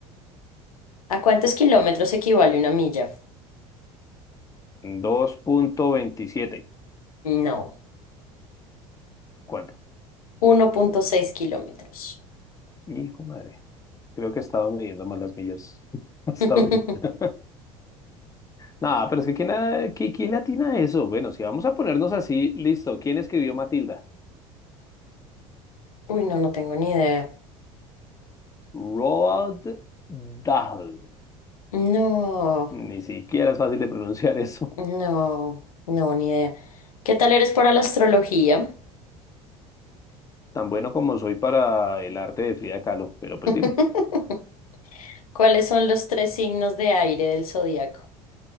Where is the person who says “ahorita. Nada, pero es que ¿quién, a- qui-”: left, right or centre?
Left